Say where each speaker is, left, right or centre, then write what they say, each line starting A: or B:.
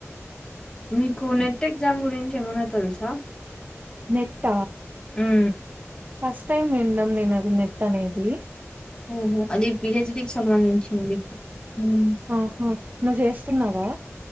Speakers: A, on the left (about 15°); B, on the right (about 35°).
A: మీకు నెట్ ఎగ్జామ్ గురించి ఏమన్నా తెలుసా
B: నెట్ట
A: హ్మ్.
B: ఫస్ట్ టైం వింనడం నేను అది నెట్ అనేది
A: ఉహు అది పిహెచ్డికి సంబంధించింది హ్మ్.
B: ఆహా నువ్వు చేస్తున్నావా